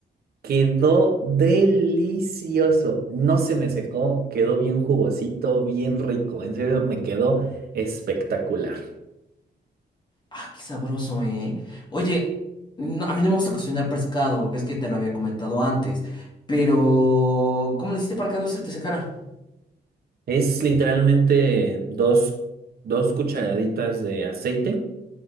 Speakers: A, on the right (about 60°); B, on the left (about 25°).
A: Quedó delicioso. No se me secó, quedó bien jugosito, bien rico. En serio, me quedó espectacular.
B: Ah, qué sabroso, ¿eh? Oye, no- a mí no me gusta cocinar pescado, ves que te lo había comentado antes, pero ¿cómo le hiciste para que no se te secara?
A: Es literalmente dos, dos cucharaditas de aceite.